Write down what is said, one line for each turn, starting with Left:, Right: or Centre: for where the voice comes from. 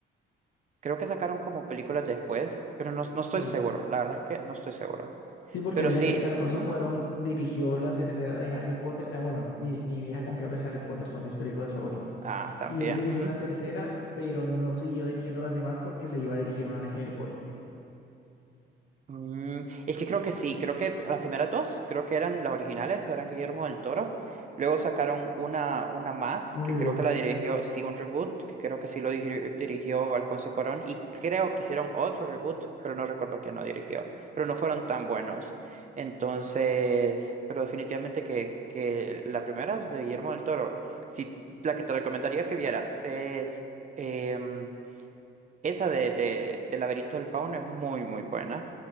Right: creo que sacaron como películas después, pero no, no estoy
Left: Sí.
Right: seguro, la verdad es que no estoy seguro.
Left: Sí, porque
Right: Pero
Left: mira
Right: sí,
Left: que Alfonso
Right: ujú,
Left: Cuarón dirigió la tercera de Harry Potter. Ah, bueno, mi, mi vieja confiable es Harry Potter, son mis películas favoritas.
Right: ah, también.
Left: Y él dirigió la tercera, pero no siguió dirigiendo las demás porque se iba a dirigir una de Hellboy,
Right: Mm, es que creo que sí, creo que las primeras dos, creo que eran las originales, eran Guillermo del Toro. Luego sacaron una, una más,
Left: un
Right: que
Left: reboot.
Right: creo que la dirigió, sí, un reboot, que creo que sí lo diri- dirigió Alfonso Cuarón. Y creo que hicieron otro reboot, pero no recuerdo quién lo dirigió. Pero no fueron tan buenos. Entonces, pero definitivamente que, que la primera es de Guillermo del Toro. Sí, la que te recomendaría que vieras es em, esa de, de, de Laberinto del Fauno, es muy, muy buena.